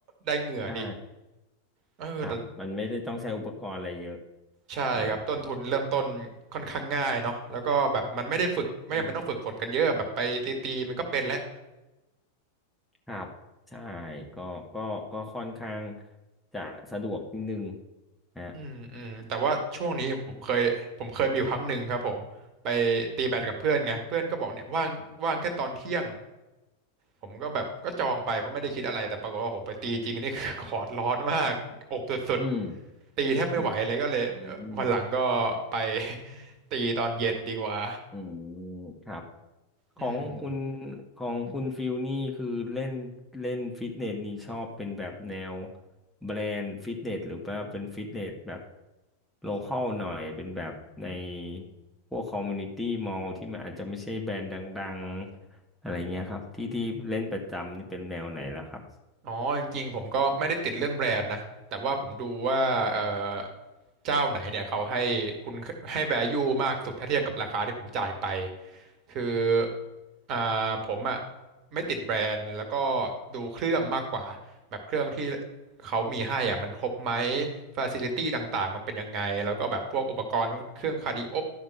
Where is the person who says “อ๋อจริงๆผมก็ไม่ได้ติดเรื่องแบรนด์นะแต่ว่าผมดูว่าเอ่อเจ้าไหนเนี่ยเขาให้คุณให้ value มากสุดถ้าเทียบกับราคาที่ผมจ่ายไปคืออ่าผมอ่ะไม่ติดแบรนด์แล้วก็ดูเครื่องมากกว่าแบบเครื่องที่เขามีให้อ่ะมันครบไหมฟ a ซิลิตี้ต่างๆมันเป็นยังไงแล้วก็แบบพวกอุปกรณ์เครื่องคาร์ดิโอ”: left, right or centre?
Right